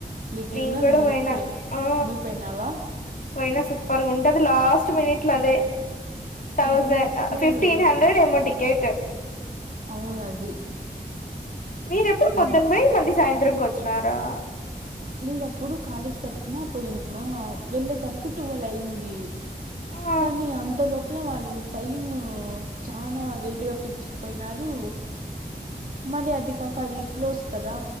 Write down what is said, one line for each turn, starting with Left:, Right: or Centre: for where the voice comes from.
Right: ఎగిర్నా
Left: నేను కూడా
Right: నేనైతే
Left: పోయినా ఆ
Right: నువ్ పోయినవా
Left: పోయినా సూపర్గా ఉంటది లాస్ట్ మినిట్లదే థౌసే
Right: కదా అస్సలు
Left: ఆ ఫిఫ్టీన్ హండ్రెడేమో టికెట్
Right: అవును అది
Left: మీరెప్పుడు
Right: ఉమ్,
Left: పొద్దున పోై మళ్ళి సాయంత్రంకి వచ్చినారా
Right: లేదు అప్పుడు కాలేజ్ తరుపున పోయింటిమా వెళ్ళే తలకి టువెల్ అయ్యంది
Left: ఆహా
Right: కానీ అంత లోపల వాళ్ళు టైమ్ చానా లేట్ గా పిలిచ్ పోయినారు మరి అది కాక అది క్లోజ్ కదా